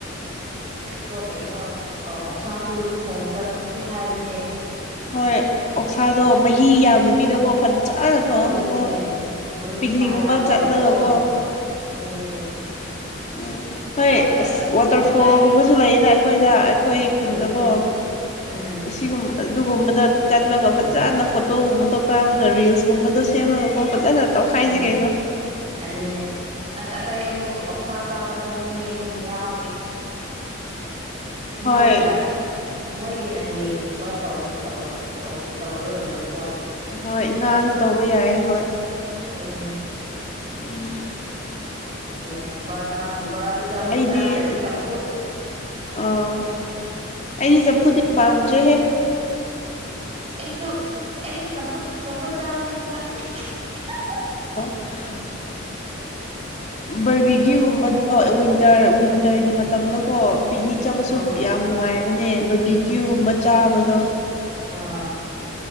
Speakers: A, on the right; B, on the left.
A: ꯀꯣ ꯀꯩꯅꯣ ꯑꯣꯛꯁꯥꯁꯨ ꯊꯣꯡꯉꯒ ꯆꯥ ꯁꯤ ꯍꯥꯏꯕꯅꯦ
B: ꯍꯣꯏ ꯑꯣꯛꯁꯥꯗꯣ ꯃꯍꯤ ꯌꯥꯝꯗꯕꯤꯗꯀꯣ ꯐꯖꯅ ꯊꯣꯡꯉꯒꯀꯣ
A: ꯑꯗꯨꯅꯦ ꯃꯅꯨꯡꯅꯨꯡꯁꯥ
B: ꯄꯤꯛꯅꯤꯛꯒꯨꯝꯕ
A: ꯌꯥꯎꯔꯒꯀꯣ
B: ꯆꯠꯂꯒꯀꯣ
A: ꯑꯗꯨꯅꯦ
B: ꯎꯝ ꯍꯣꯏ
A: ꯑꯗꯨꯗ
B: ꯑꯁ ꯋꯥꯇꯔꯐꯣꯜꯒꯨꯝꯕꯁꯨ
A: ꯑꯇꯩ
B: ꯂꯩꯌꯦꯅꯦ ꯑꯩꯈꯣꯏꯗ ꯑꯩꯈꯣꯏ ꯈꯨꯟꯗꯀꯣ
A: ꯑꯗꯨꯅꯦ ꯎꯝ
B: ꯁꯤꯒꯨꯝ ꯑꯗꯨꯒꯨꯝꯕꯗ ꯆꯠꯂꯒ ꯐꯖꯅ ꯐꯣꯇꯣꯒꯨꯝꯕꯗꯣ ꯀꯥꯞꯄꯒ ꯔꯤꯜꯁꯀꯨꯝꯕꯗꯣ ꯁꯦꯝꯃꯒꯀꯣ ꯐꯖꯅ ꯇꯧꯈꯥꯏꯁꯤ
A: ꯎꯝ
B: ꯀꯩꯅꯣ
A: ꯑꯗꯨꯅꯦ ꯑꯁ ꯑꯇꯩ ꯑꯃꯨꯛ ꯑꯣꯛꯁꯥ ꯆꯥꯗꯕ ꯃꯤ ꯑꯃꯨꯛ ꯌꯥꯎ ꯏꯗ ꯃꯣꯏꯒꯤꯅꯥ
B: ꯍꯣꯏ
A: ꯃꯣꯏ ꯑꯩꯒꯤꯅ ꯌꯦꯟꯒꯨꯝꯕ ꯇꯧꯔꯧ ꯇꯧꯔꯒ ꯂꯣꯏꯔꯦꯀꯣ
B: ꯍꯣꯏ ꯉꯥꯁꯨ ꯇꯧꯕ ꯌꯥꯏ ꯍꯣꯏ
A: ꯑꯗꯨꯅꯦ
B: ꯎꯝ
A: ꯌꯦꯟꯒꯨꯝꯕ ꯉꯥꯒꯨꯝꯕ ꯑꯗꯨꯗ ꯑꯃꯨꯛ
B: ꯑꯩꯗꯤ
A: ꯆꯥꯗ꯭ꯔꯗꯤ ꯆꯝꯐꯨꯠ
B: ꯑꯥ ꯑꯩꯗꯤ ꯆꯝꯐꯨꯗꯤ ꯄꯥꯝꯗ꯭ꯔꯦꯍꯦ
A: ꯑꯩꯁꯨ ꯑꯩꯁꯨ ꯆꯝꯐꯨꯠ ꯆꯝꯐꯨꯠ ꯆꯥꯗ꯭ꯔꯦ ꯍꯟꯗꯛ <unintelligible>
B: <inaudible> ꯕꯔꯕꯤꯀ꯭ꯌꯨꯒꯨꯝꯕꯗꯣ
A: ꯆꯝꯐꯨꯠ ꯆꯥꯗ꯭ꯔꯦ
B: ꯋꯤꯟꯇꯔ ꯋꯤꯟꯇꯔꯒꯤ ꯃꯇꯝꯗ ꯑꯣꯠ ꯄꯤꯛꯅꯤꯛ ꯆꯠꯕꯁꯨ
A: ꯑꯥ
B: ꯌꯥꯝꯅ ꯅꯨꯡꯉꯥꯏꯔꯕꯅꯦ ꯀ꯭ꯌꯨꯒꯨ <inaudible> ꯝꯕ ꯆꯥꯕꯗꯣ
A: ꯑꯥ